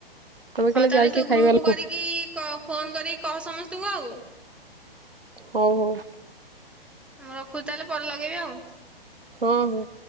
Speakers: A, on the right; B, in the centre.
A: ଆମେ
B: ହଉ
A: ଖାଲି
B: ତାହେଲେ
A: ଯାଇକି
B: ତୁ
A: ଖାଇବା
B: ଗ୍ରୁପ
A: ଲୋକ
B: କରିକି ଫୋନ କରିକି କହ ସମସ୍ତଙ୍କୁ ଆଉ।
A: ହଉ ହଉ।
B: ମୁଁ ରଖୁଚି ତାଏଲେ ପରେ ଲଗେଇବି ଆଉ।
A: ହଁ ହଁ।